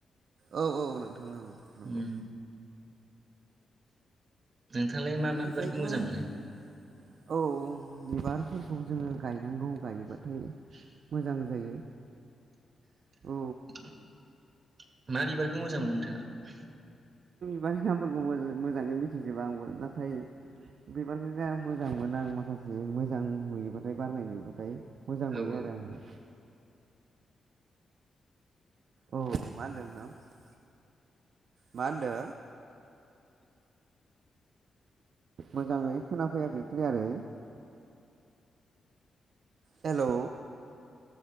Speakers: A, on the right; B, on the right.
A: औ औ नोंथां औ नंगौ
B: उम नोंथाङालाय मा
A: बेनिफ्रायथ'
B: मा बिबारखौ मोजां मोनो
A: औ बिबार फोरखौ जोङो गाय गायनांगौ गायोबाथाय मोजां जायो
B: <inaudible>
A: औ
B: मा बिबारखौ मोजां मोनो नोंथाङा
A: माने नामफोरखो मोज- मोजाङै मिथिजोबा आंबो नाथाय बिबारखौ गा मो मोजांमोन आं माखासे मोजां नुयोबाथाय बारनाय नुयोबाथाय मोजां
B: औ
A: नुयो
B: औ
A: आरो आङो <inaudible> औ मा होनदों नोंथां मा होनदो मोजाङै खोना फैयाखै क्लियारै हेलौ